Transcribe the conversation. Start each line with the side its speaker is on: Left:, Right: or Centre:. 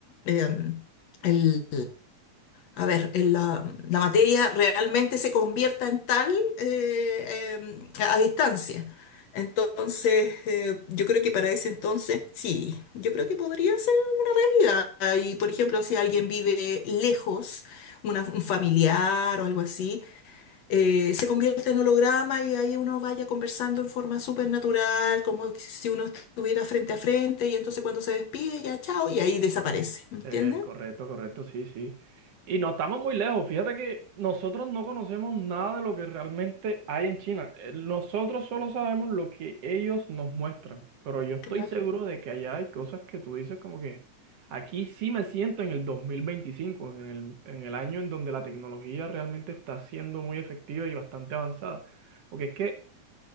Left: em, el, a ver, el, la, la materia realmente se convierta en tal eh, em, a a distancia. Entonces, eh, yo creo que para ese entonces, sí, yo creo que podría ser realidad. Y, por ejemplo, si alguien vive lejos, una- un familiar o algo así, eh, se convierte en holograma y ahí uno vaya conversando en forma súper natural, como si uno estuviera frente a frente y entonces cuando se despide ya chao y ahí desaparece, ¿entiendes?
Right: eh, correcto, correcto, sí, sí. Y no estamos muy lejos. Fíjate que nosotros no conocemos nada de lo que realmente hay en China. Eh, Nosotros solo sabemos lo que ellos nos muestran. Pero yo estoy
Left: Claro.
Right: seguro de que allá hay cosas que tú dices como que aquí sí me siento en el 2025 en el, en el año en donde la tecnología realmente está siendo muy efectiva y bastante avanzada. Porque es que